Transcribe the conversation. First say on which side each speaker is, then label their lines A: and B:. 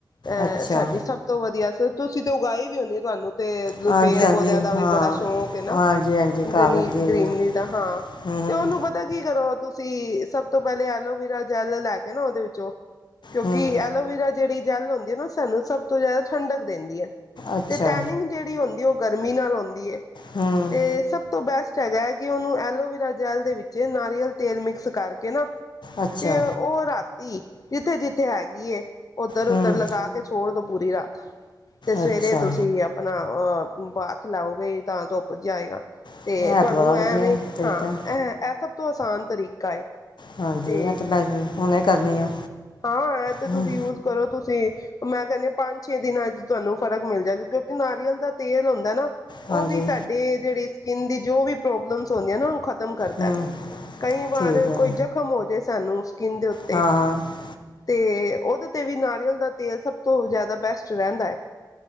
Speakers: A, on the left; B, on the left.
A: ਅਹ
B: ਅੱਛਾ
A: ਸਾਡੀ ਸਭ ਤੋਂ ਵਧੀਆ ਸ ਤੁਸੀਂ ਤੇ ਉਗਾਈ ਵੀ ਹੋੜੀ ਹੈ, ਤੁਹਾਨੂੰ ਤੇ
B: ਹਾਂਜੀ
A: ਪੇੜ
B: ਹਾਂਜੀ
A: ਪੌਦਿਆਂ ਦਾ ਵੀ
B: ਹਾਂ
A: ਬੜਾ ਸ਼ੌਂਕ ਹੈ ਨਾ,
B: ਹਾਂਜੀ ਹਾਂਜੀ ਘਰ
A: ਗਨੀ
B: ਲੱਗੀ ਹੋਈ
A: ਗਰੀਨਰੀ
B: ਆ
A: ਦਾ ਹਾਂ
B: ਹੂੰ ਹੂੰ
A: ਤੇ ਉਹਨੂੰ ਪਤਾ ਕੀ ਕਰੋ ਤੁਸੀਂ ਤੇ ਸਭ ਤੋਂ ਪਹਿਲੇ ਐਲੋਵਰਾ ਜੈਲ ਲੈ ਕੇ ਨਾ ਉਹਦੇ ਵਿੱਚੋਂ ਕਿਉਂਕਿ
B: ਹੂੰ
A: ਐਲੋਵੀਰਾ ਜਿਹੜੀ ਜੈਲ ਹੁੰਦੀ ਹੈ ਨਾ ਉਹ ਸਾਨੂੰ ਸਭ ਤੋਂ ਜ਼ਿਆਦਾ ਠੰਡਕ ਦਿੰਦੀ ਹੈ
B: ਅੱਛਾ
A: ਤੇ ਟੈਨਿੰਗ ਜਿਹੜੀ ਹੁੰਦੀ ਉਹ ਗਰਮੀ ਨਾਲ ਹੋਂਦੀ ਏ।
B: ਹੂੰ
A: ਤੇ ਸਭ ਤੋਂ ਬੈਸਟ ਹੈਗਾ ਹੈ। ਕਿ ਉਹਨੂੰ ਐਲੋਵਰਾ ਜੈਲ ਦੇ ਵਿੱਚ ਨਾਰੀਅਲ ਤੇਲ ਮਿਕਸ ਕਰਕੇ ਕਿਹ ਨਾ
B: ਅੱਛਾ
A: ਤੇ ਉਹ ਰਾਤ ਜੀ ਜਿੱਥੇ, ਜਿੱਥੇ ਹੈਗੀ ਏ ਉੱਧਰ, ਉੱਧਰ
B: ਹੂੰ
A: ਲਗਾ ਕੇ ਛੋੜ ਦੋ। ਪੂਰੀ ਰਾਤ। ਤੇ ਸਵੇਰੇ
B: ਅੱਛਾ
A: ਤੁਸੀਂ ਆਪਣਾ ਅਹ ਹਾਥ ਲਾਓਗੇ। ਤਾਂ ਧੁੱਪ ਜਾਏਗਾ। ਤੇ
B: ਇਹ
A: ਤੁਹਾਨੂੰ
B: ਤਾਂ ਬੜਾ ਵਧੀਆ
A: ਐਵੇਂ
B: ਤਰੀਕਾ
A: ਹਾਂ
B: ਹੈ।
A: ਇਹ ਸਭ ਤੋਂ ਆਸਾਨ ਤਰੀਕਾ ਹੈਏ।
B: ਹਾਂਜੀ
A: ਤੇ
B: ਇਹ ਤਾਂ ਬਸ ਹੁਣੇ ਕਰਨੀ ਆ
A: ਹਾਂ ਇਹ ਤੇ
B: ਹੂੰ,
A: ਤੁਸੀਂ ਯੂਜ ਕਰੋ ਤੁਸੀਂ। ਮੈਂ ਕਹਿੰਦੀ ਹ ਪੰਜ ਛੇ ਦਿਨਾਂ ਅੱ ਤੁਹਾਨੂੰ ਫ਼ਰਕ ਮਿਲ ਜਾਏਗਾ ਕਿਉਂਕਿ ਨਾਰੀਅਲ ਦਾ ਤੇਲ ਹੁੰਦਾ ਨਾ
B: ਹਾਂਜੀ
A: ਉਹ ਵੀ ਸਾਡੇ ਜਿਹੜੀ ਸਕਿੰਨ ਦੀ ਜੋ ਵੀ ਪ੍ਰੋਬਲਮਸ ਹੁੰਦੀਆਂ ਨਾ ਖਤਮ ਕਰਦਾ
B: ਹੂੰ
A: ਕਈ ਵਾਰ
B: ਠੀਕ ਹੈ
A: ਕੋਈ ਜ਼ਖਮ ਹੋ ਜੇ ਸਾਨੂੰ ਦੇ ਉੱਤੇ
B: ਹਾਂ ਹਾਂ
A: ਤੇ ਉਹਦੇ ਤੇ ਵੀ ਨਾਰੀਅਲ ਦਾ ਤੇਲ ਸਭ ਤੋਂ ਜ਼ਿਆਦਾ ਬੈਸਟ ਰਹਿੰਦਾ ਹੈ।